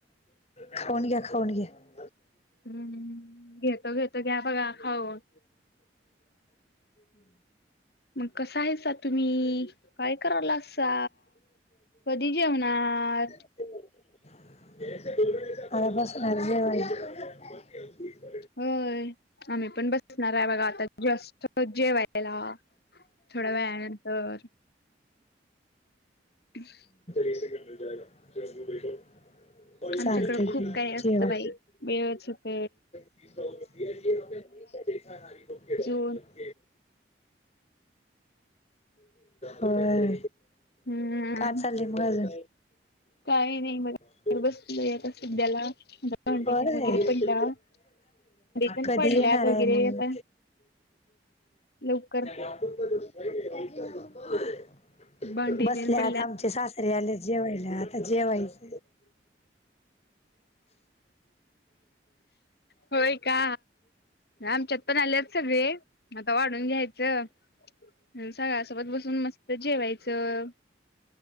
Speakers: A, on the left (about 35°); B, on the left (about 60°).
A: खाऊन घ्या. खाऊन घ्या. <inaudible> <inaudible>
B: हम्म घेतो घेतो घ्या बघा खाऊन. मग कसं आहेसा तुम्ही? काय करालासा? कधी जेवणार?
A: <inaudible> <inaudible>
B: होय आम्ही पण बसणार आहे बघा आता जस्टच जेवायला. थोड्या वेळानंतर. <inaudible>
A: <inaudible>
B: आमच्याकडें खूप
A: की
B: काही असतं
A: जेवा.
B: बाई वेळच होत.
A: <inaudible>
B: अजून
A: होय
B: हम्म
A: का चालली मग अजून.
B: काही नाही बघा.
A: <inaudible>
B: बसलोय आता सध्याला भांडी
A: होय
B: वगैरे पडल्यात. पण
A: कधी
B: पडल्यात
A: येणार
B: वगैरे
A: आहे म्हणून..
B: आता लवकर
A: <inaudible>
B: भांडी
A: बसल्यात
B: तेन पडल्यात.
A: आमचे सासरे आले जेवायला आता जेवायच.
B: होय का आमच्यात पण आलेत सगळे. आता वाढून घ्यायचं. सगळ्या सोबत बसून मस्त- जेवायचं